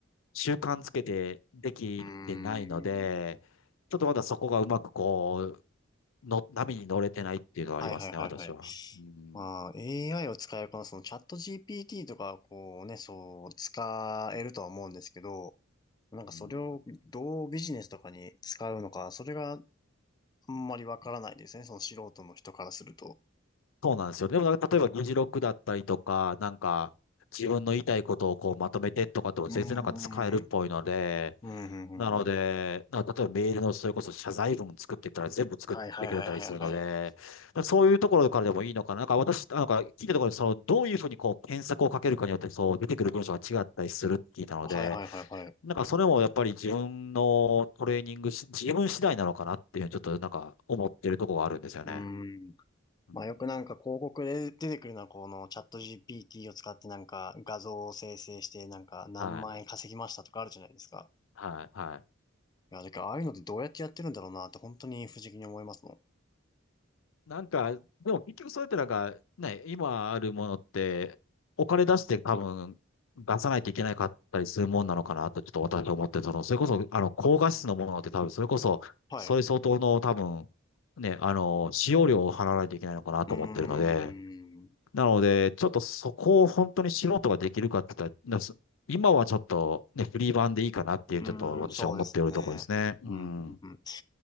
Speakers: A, on the left (about 80°); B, on the left (about 20°).
A: 習慣つけてできてないので、
B: うーん。
A: ちょっとまだそこがうまくこう、の、波に乗れてないっていうのはありますね、
B: はいはいはいはい。
A: 私は。うん。
B: まあ、AI を使えば、そのチャット GPT とか、こうね、そう、使えるとは思うんですけど、なんかそれをどうビジネスとかに使うのか、
A: うん。
B: それがあんまりわからないですね。その素人の人からすると。
A: そうなんですよ。でもなんか、例えば議事録だったりとか、なんか、自分の言いたいことをこうまとめてとかっても全然なんか使えるっぽいので、
B: うーん。うん、うん、
A: なので、
B: うん。うん
A: な例えばメールのそれこそ謝罪文作ってったら全部作ってくれたりするので、
B: はいはいはいはいはい。
A: そういうところからでもいいのかな。なんか私、なんか聞いたところで、その、どういうふうにこう検索をかけるかによって、そう出てくる文章が違ったりするって聞いたので、
B: はいはいはいはい。
A: なんかそれもやっぱり自分のトレーニングし、自分次第なのかなっていうふうにちょっとなんか思ってるところがあるんですよね。
B: うーん。
A: うん。
B: まあよくなんか広告で出てくるのはこのチャット GPT を使ってなんか画像を生成してなんか何万円稼ぎましたとかあるじゃないですか。
A: はい。はい。はい。
B: いや、だからああいうのってどうやってやってるんだろうなって本当に不思議に思いますもん。
A: なんか、でも結局それってなんか、ね、今あるものって、お金出して多分出さないといけなかったりするもんなのかなと、ちょっと私は思って、その、それこそ、あの、高画質のものって多分、それこそ、
B: はい。
A: それ相当の多分、
B: う
A: ね、あの、使用料を払わないといけないのかなと思ってるので、
B: ーん。う
A: なので、ちょっとそこを本当に素人ができるかって言ったら、なす今はちょっとね、フリー版でいいかなっていう、
B: ーん、
A: ちょっと私は思っているところですね。
B: そうですね。
A: うん。
B: うん、うん、うん。